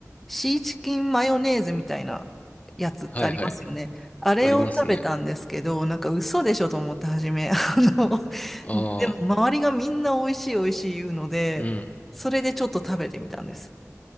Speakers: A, in the centre; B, on the left (about 30°).
A: シーチキンマヨネーズみたいなやつってありますよね。
B: はいはい。
A: あれを食べたんですけど、
B: ありますね。
A: なんか嘘でしょと思って初め。<laughs> あの、
B: ああ、
A: でも周りがみんな美味しい美味しい言うので、
B: うん。
A: それでちょっと食べてみたんです。